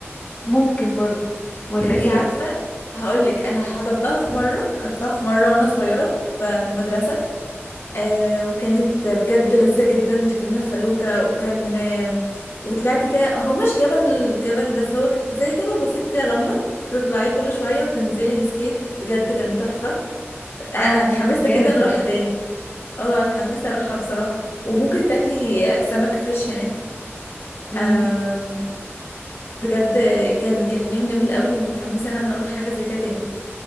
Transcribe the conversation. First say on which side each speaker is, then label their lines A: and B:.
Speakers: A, on the left (about 30°); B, on the left (about 60°).
A: ممكن برضو ولا
B: انتي
A: ايه
B: عارفه هقول لك انا حضرتها في مره رحتها في مره وانا صغيره ف- في المدرسه آه وكانت بجد لذيذة جدا ركبنا في فلوكة وكان آه وطلعت كده هو مش جبل جبل بس هو ك- زي جبل بسيط كده رملة تطلعي كل شوية وتنزلي بسكيت بجد كان تحفة
A: اه
B: أنا اتحمست
A: جامد
B: جدا أروحها
A: ده
B: تاني اه اتحمست أروحها بصراحة وممكن تاكلي سمك فريش هناك
A: امم
B: آم، بجد كان كان يوم جميل قوي ومتحمسة إن أنا أروح حاجة زي كده تاني